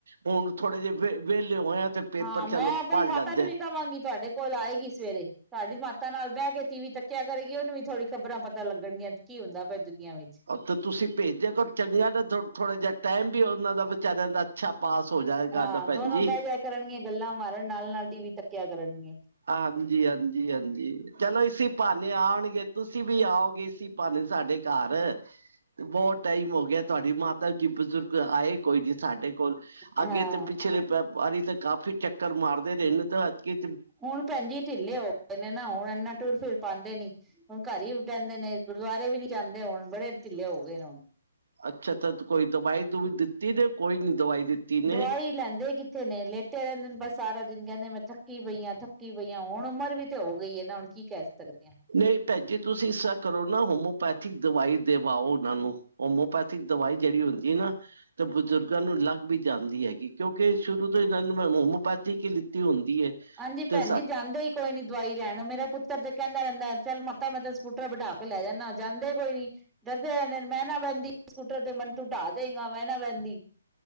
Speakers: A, on the right; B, in the centre.
A: ਹੁਣ ਥੋੜੇ ਜਿਹੇ ਵ ਵਿਹਲੇ ਹੋਏ ਆ, ਤੇ ਪੇਪਰ
B: ਹਾਂ ਮੈਂ
A: ਚਲੋ
B: ਆਪਣੀ
A: ਪੜ੍ਹ
B: ਮਾਤਾ
A: ਲੈਂਦੇ
B: ਨੂੰ ਵੀ ਕਵਾਂਗੀ ਤੁਹਾਡੇ ਕੋਲ ਆਏਗੀ ਸਵੇਰੇ, ਤੁਹਾਡੀ ਮਾਤਾ ਨਾਲ ਬਹਿ ਕੇ ਟੀ ਵੀ ਤੱਕ ਕਿਆ ਕਰੇਗੀ ਉਹਨੂੰ ਵੀ ਥੋੜੀ ਖ਼ਬਰਾਂ ਪਤਾ ਲੱਗਣਗੀਆਂ ਕੀ ਹੁੰਦਾ ਪਿਆ ਦੁਨੀਆਂ ਵਿੱਚ।
A: ਤਾਂ ਤੁਸੀਂ ਭੇਜ ਦਿਆ ਕਰੋ ਚੰਗੀਆਂ ਨੇ ਥੋੜਾ ਥੋੜ੍ਹਾ ਜਿਹਾ ਟਾਈਮ ਵੀ ਉਹਨਾਂ ਦਾ ਵਿਚਾਰਿਆਂ ਦਾ ਅੱਛਾ ਪਾਸ ਹੋ ਜਾਏਗਾ
B: ਹਾਂ
A: ਨਾ ਭੈਣ
B: ਦੋਨੋ
A: ਜੀ।
B: ਬਹਿ ਜਾਇਆ ਕਰਨਗੀਆਂ ਗੱਲਾਂ ਮਾਰਨ ਨਾਲ- ਨਾਲ ਟੀ ਵੀ ਤੱਕਿਆ ਕਰਨਗੀਆਂ।
A: ਹਾਂਜੀ- ਹਾਂਜੀ- ਹਾਂਜੀ। ਚਲੋ ਇਸੀ ਭਾਨੇ ਆਉਣਗੇ ਤੁਸੀਂ ਵੀ ਆਓਗੇ ਇਸੀ ਭਾਨੇ ਸਾਡੇ ਘਰ। ਬਹੁਤ ਟਾਈਮ ਹੋ ਗਿਆ ਤੁਹਾਡੀ ਮਾਤਾ ਜੀ ਬਜ਼ੁਰਗ ਆਏ ਕੋਈ ਨੀ ਸਾਡੇ ਕੋਲ। ਅੱਗੇ
B: ਹਾਂ
A: ਤੇ ਪਿਛਲੇ ਬਾਰੀ ਤਾਂ ਕਾਫ਼ੀ ਚੱਕਰ ਮਾਰਦੇ ਰਹੇ ਨੇ ਤਾਂ ਐਦਕੀ
B: ਹੁਣ ਭੈਣਜੀ ਢਿੱਲੇ ਹੋ ਗਏ ਨੇ ਨਾ ਹੁਣ ਇਨਾ ਟੁਰ- ਫਿਰ ਪਾਉਂਦੇ ਨੀ। ਹੁਣ ਘਰ ਹੀ ਰਹੰਦੇ ਨੇ ਗੁਰਦੁਆਰੇ ਵੀ ਨੀ ਜਾਂਦੇ ਹੁਣ ਬੜੇ ਢਿੱਲੇ ਹੋ ਗਏ ਨੇ ਹੁਣ।
A: ਅੱਛਾ- ਅੱਛਾ, ਕੋਈ ਦਵਾਈ- ਦਵੂਈ ਵੀ ਦਿੱਤੀ ਤੇ ਕੋਈ ਨੀ ਦਵਾਈ ਦਿੱਤੀ? ਨੇ
B: ਦਵਾਈ ਲੈਂਦੇ ਕਿ ਇੱਥੇ ਨੇ ਲੇਟੇ ਰਹਿੰਦੇ ਨੇ ਬਸ ਸਾਰਾ ਦਿਨ ਕਹਿੰਦੇ ਮੈਂ ਥੱਕੀ ਪਈ ਹਾਂ, ਥੱਕੀ ਪਈਆਂ ਹਾਂ, ਹੁਣ ਉਮਰ ਵੀ ਤੇ ਹੋ ਗਈ ਹੈ ਨਾ ਹੁਣ। ਕੀ ਕਹਿ ਸਕਦੇ ਹਾਂ।
A: ਨਹੀਂ ਭੈਣ ਜੀ ਤੁਸੀਂ ਇਸ ਤਰ੍ਹਾਂ ਕਰੋ ਨਾ ਹੋਮੋਪੈਥਿਕ ਦਵਾਈ ਦਿਵਾਓ ਉਹਨਾਂ ਨੂੰ। ਹੋਮੋਪੈਥਿਕ ਦਵਾਈ ਜਿਹੜੀ ਹੁੰਦੀ ਨਾ ਤਾਂ ਬਜ਼ੁਰਗਾਂ ਨੂੰ ਲੱਗ ਵੀ ਜਾਂਦੀ ਹੈਗੀ। ਕਿਉਂਕਿ ਸ਼ੁਰੂ ਤੋਂ ਇਹਨਾਂ ਨੇ ਹੋਮੋਪੈਥੀ ਕੀ ਲਿੱਤੀ ਹੁੰਦੀ ਹੈ।
B: ਹਾਂਜੀ
A: ਤੇ
B: ਭੈਣ
A: ਸਾ
B: ਜੀ ਜਾਂਦੇ ਹੀ ਕੋਈ ਨੀ ਦਵਾਈ ਲੈਣ, ਮੇਰਾ ਪੁੱਤਰ ਤੇ ਕਹਿੰਦਾ ਰਹਿੰਦਾ। ਚੱਲ ਮਾਤਾ ਮੈਂ ਤੈਨੂੰ ਸਕੂਟਰ ਬਿਠਾ ਕੇ ਲੈ ਜਾਂਦਾ, ਜਾਂਦੇ ਕੋਈ ਨੀ, ਡਰਦੇ ਰਹੰਦੇ ਮੈਂ ਨਾ ਬਹਿੰਦੀ ਸਕੂਟਰ ਤੇ ਮੈਨੂੰ ਤੂੰ ਟਾ ਦੇਗਾ ਮੈਂ ਨਾ ਬਹਿੰਦੀ।